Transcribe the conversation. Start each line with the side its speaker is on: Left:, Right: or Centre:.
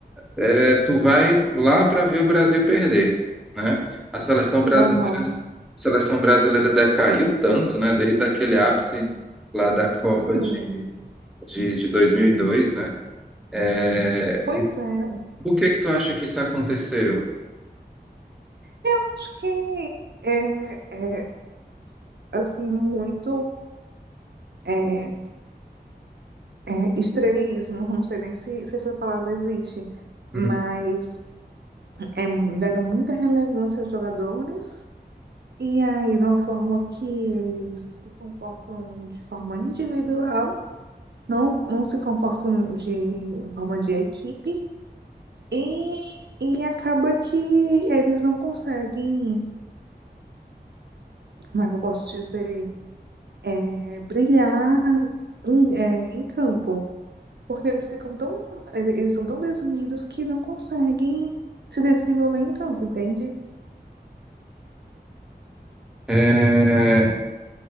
Centre: é, tu vai lá para ver o Brasil perder, né? A seleção brasileira,
Right: Aham,
Centre: a seleção brasileira decaiu tanto, né? Desde aquele ápice lá da Copa
Right: sim.
Centre: de, de, de 2002, né? É,
Right: Pois é.
Centre: por que que tu acha que isso aconteceu?
Right: Eu acho que é, é assim, muito é, é, estrelismo. Não sei nem se, se essa palavra existe. Mas.
Centre: Hum.
Right: é, deram muita relevância aos jogadores, e aí, de uma forma que eles se comportam de forma individual, não, não se comportam de forma de equipe, e, e acaba que eles não conseguem, como é que eu posso dizer, é, brilhar em, é, em campo, porque eles ficam tão, eles eles são tão desunidos que não conseguem se desenvolver em campo, entende?
Centre: É,